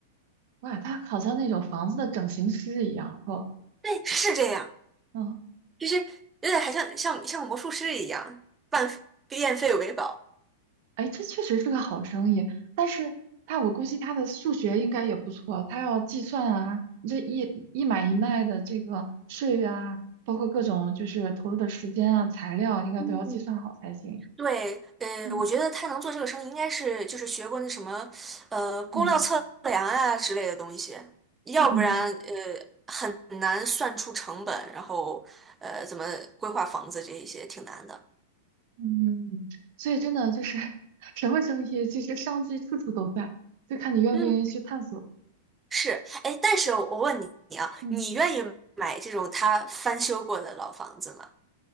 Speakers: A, on the right; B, on the right.
A: 哇，他好像那种房子的整形师一样，哦，
B: 对，是这样。
A: 嗯，
B: 就是有点还像像像魔术师一样，半变废为宝。
A: 哎，这确实是个好生意，但是他我估计他的数学应该也不错，他要计算啊，你这一一买一卖的这个税啊，包括各种就是投入的时间啊、材料，应该都要计算好才行。
B: 嗯，对，呃，
A: 嗯
B: 我觉得他能做这个生意，应该是就是学过那什么，呃，工料测量啊之类的东西，
A: 嗯
B: 要不然呃很难算出成本，
A: 嗯
B: 然后呃怎么规划房子这一些挺难的。
A: 嗯，所以真的就是 <laughs> 什么生意，其实商机处处都在，就看你愿不愿意去探索。
B: 嗯，是，哎，但是我问你你啊，
A: 嗯。
B: 你愿意买这种他翻修过的老房子吗？